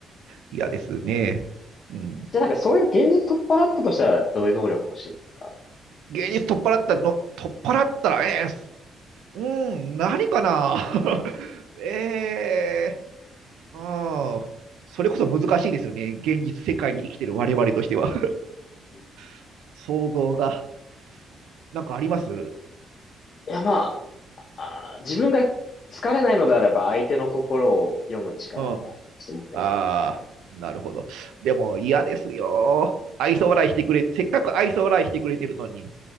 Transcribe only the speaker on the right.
嫌ですね。うん。
芸術取っ払ったの、取っ払ったら、えーうん、何かな <laughs> ええーああ、それこそ難しいですよね。現実世界に生きてる我々としては。
<laughs> 想像が、なんかありますう
ん。ああ、なるほど。でも嫌ですよ。愛想笑いしてくれ、せっかく愛想笑いしてくれてるのに、